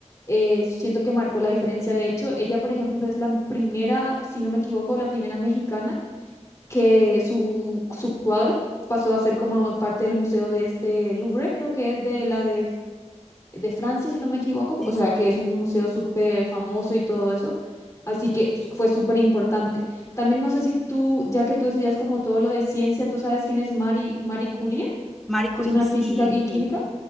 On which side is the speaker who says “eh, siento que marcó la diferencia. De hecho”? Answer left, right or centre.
Left